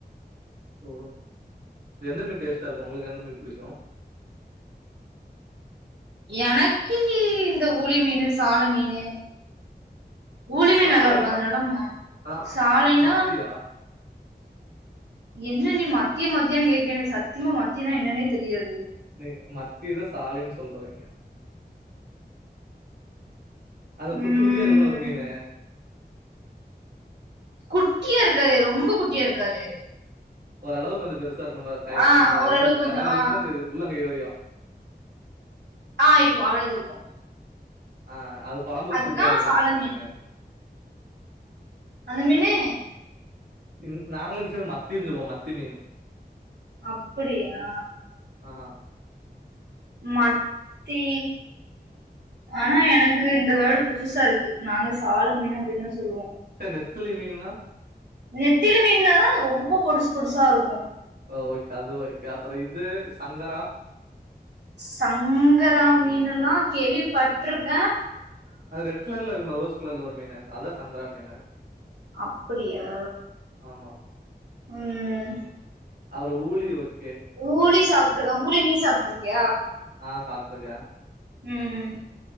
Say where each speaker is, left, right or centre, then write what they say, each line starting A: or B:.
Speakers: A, on the right; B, on the right.
A: ஒ எந்த மீன் டேஸ்டா இருக்கு ஒங்ளுக் எந்த மீன் புடிக்கு
B: எனக்கு இந்த ஊளி மீனு சால மீனு ஊளி மீன்
A: சாலைனா
B: நல்லாருக்கு அது நலம்மா
A: அதா
B: சாலைனா
A: மத்தியா
B: என்ன நீ மத்திய மத்தியானு கேக்க எனக் சத்திமா மத்தினா என்னன்னே தெரியாது
A: நீ மத்திதா சாலைன் சொல்றாங்கே அத
B: ம்
A: குட்டி குட்டியா இருக்கும்ல ஒரு மீனு
B: குட்டியா இருக்காதே ரொம்ப குட்டியா இருக்காது
A: ஓரளவு கொஞ்ச பெருசா இருந்தம தை
B: ஆ
A: நம்ம
B: ஓரளவு
A: இது
B: கொஞ்சோ
A: வெரல்லேந்து
B: ஆ
A: அந்த இது உள்ளங்கை வரையு
B: ஆ இருக்கு அவ்ளது இருக்கு
A: அ அது கொலம்புக்
B: அதுதா
A: சூப்ரா இருக்கு
B: சால
A: தான அந்த
B: மீன்
A: மீனு
B: அந்த மீனு
A: இந் நாங்களு இந் சைட மத்தீன் சொல்வோ மத்தி மீனு
B: அப்புடியா
A: ஆ
B: மாட் தீ ஆனா எனக்கு இந்த வேடு புதுசா இருக்கு நாங்க சால மீனுப் பிர்னா சொல்லுவோ
A: சர் நெத்துலி மீன்னா
B: நெத்திலு மீன்னாதா ரொம்ப பொடுஸ் பொடுசாருக்கு
A: அ ஓகே அது ஓய்கே அப்பற இது சங்கரா
B: சங்கரா மீனலா கேள்வி பட்ருக்க
A: அது ரெட் க்லர்ல இருக்குல ரோஸ் க்லர்ல ஒரு மீனு அதா சங்கரா மீனு
B: அப்புடியா
A: ஆமா.
B: ம்ம்
A: அவுர ஊளி ஓக்
B: ஊளி சாப்ட்டுருக்க ஊளி நீ சாப்ட்ருக்கியா
A: ஆ சாப்ட்ருக்க
B: ம்ம்